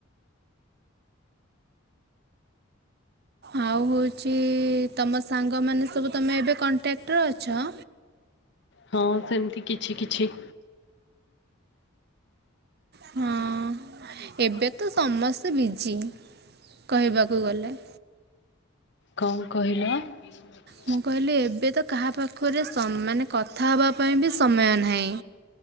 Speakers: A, on the right; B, on the left.
A: ଆଉ ହଉଚି ତମ ସାଙ୍ଗମାନେ ସବୁ ତମେ ଏବେ କଣ୍ଟାକ୍ଟରେ ଅଛ?
B: ହଁ ସେମତି କିଛି କିଛି।
A: ହଁ ଏବେ ତ ସମସ୍ତେ ବିଜି କହିବାକୁ ଗଲେ।
B: କଁ କହିଲ? <inaudible>
A: ମୁଁ କହିଲି ଏବେ ତ କାହା ପାଖରେ ସମ୍ ମାନେ କଥା ହବା ପାଇଁ ବି ସମୟ ନାହିଁ।